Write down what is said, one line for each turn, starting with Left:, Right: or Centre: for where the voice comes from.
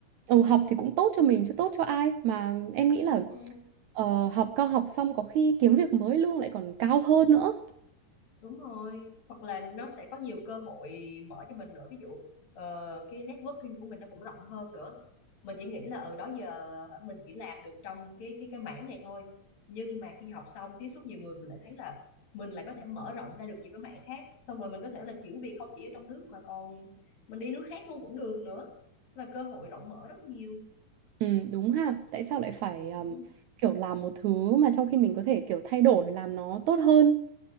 Right: ừ, học thì cũng tốt cho mình chứ tốt cho ai mà em nghĩ là
Left: đúng rồi
Right: ờ, học cao học xong có khi kiếm việc mới lương lại còn cao hơn nữa.
Left: Đúng rồi, hoặc là nó sẽ có nhiều cơ hội mở cho mình nữa. Ví dụ ờ, cái networking của mình nó cũng rộng hơn nữa. Mình chỉ nghĩ là ở đó giờ hả, mình chỉ làm được trong cái cái cái mảng này thôi. Nhưng mà khi học xong tiếp xúc nhiều người mình lại thấy là mình lại có thể mở rộng ra được nhiều cái mảng khác. Xong rồi mình có thể là chuyển việc không chỉ ở trong nước mà còn mình đi nước khác luôn cũng được nữa. Là cơ hội rộng mở rất nhiều.
Right: Ừ, đúng ha. Tại sao lại phải um,
Left: Ừ.
Right: kiểu làm một thứ mà trong khi mình có thể kiểu thay đổi làm nó tốt hơn.